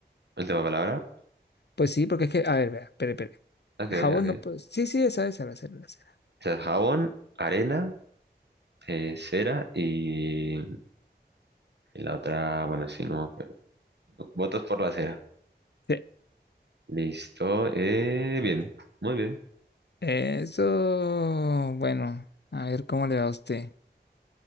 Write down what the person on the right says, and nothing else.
Última palabra.
Ok,
ok.
O sea, jabón, arena, eh, cera y, y la otra, bueno, sí, no me acuerdo. Votos por la cera.
Listo. eh, bien, muy bien.